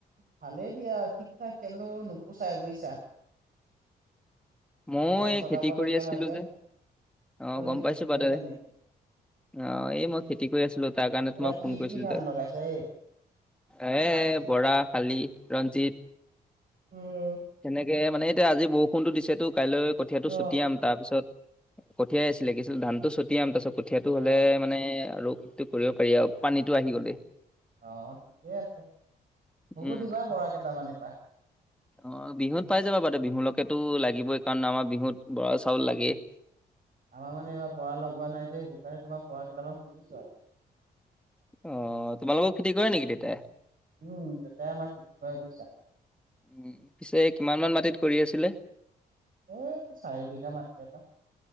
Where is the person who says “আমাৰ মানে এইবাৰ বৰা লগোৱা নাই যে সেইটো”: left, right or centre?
Right